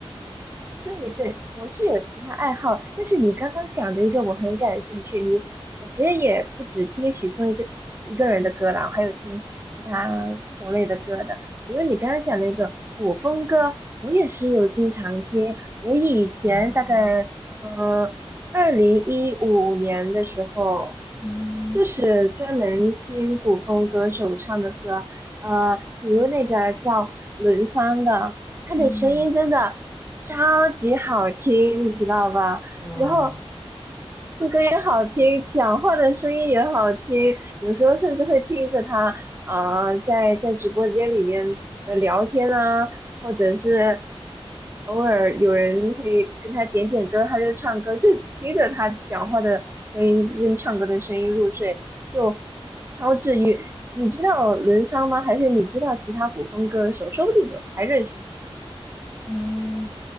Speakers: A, on the right; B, in the centre.
A: 对对，我是有其他爱好，但是你刚刚讲的一个我很感兴趣。你我其实也不止听许嵩一个一个人的歌啦，我还有听其他种类的歌的。比如你刚刚讲那个古风歌，我也是有经常听。我以前大概呃二零一五年的时候，
B: 哦，嗯
A: 就是专门听古风歌手唱的歌，呃，比如那个叫伦桑的。他的声音真的超级好听，
B: 嗯，
A: 你知道吧？
B: 哇，
A: 然后也好听，讲话的声音也好听，有时候甚至会听着他啊、呃在在直播间里面的聊天啊，或者是偶尔有人会跟他点点歌，他就唱歌，就听着他讲话的声音跟唱歌的声音入睡，就超治愈。你知道伦桑吗？还是你知道其他古风歌手？说不定我还认识。呢。
B: 嗯，